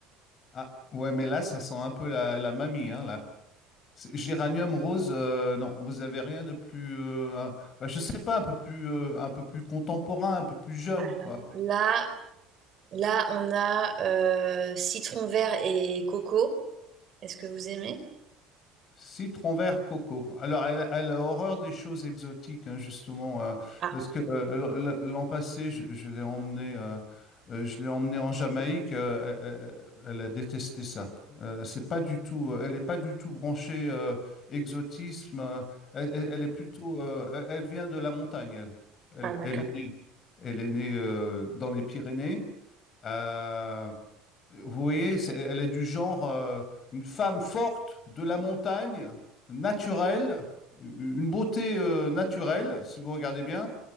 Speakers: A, on the left; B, on the right.
A: Ah, ouais, mais là, ça sent un peu la, la mamie, hein, là. C'est- Géranium rose, euh, non, vous avez rien de plus, euh, un- bah, je sais pas, un peu plus, euh, un peu plus contemporain, un peu plus jeune,
B: Alors,
A: quoi.
B: là, là, on a euh, citron vert et coco. Est-ce que vous aimez?
A: Citron vert coco. Alors, elle, elle a horreur des choses exotiques, hein, justement. euh,
B: Ah,
A: parce que euh, l- l- l'an passé, je, je l'ai emmenée, euh, euh, je l'ai emmenée en Jamaïque. euh, elle, elle- elle a détesté ça. Euh, c'est pas du tout. euh, Elle n'est pas du tout branchée euh, exotisme. euh, elle, elle- elle est plutôt. euh, elle elle vient de la montagne. Elle, elle,
B: ah,
A: est
B: d'accord.
A: elle est née, elle est née euh, dans les Pyrénées. euh, vous voyez, c'est- elle est du genre euh, une femme forte de la montagne, naturelle, une beauté euh, naturelle, si vous regardez bien.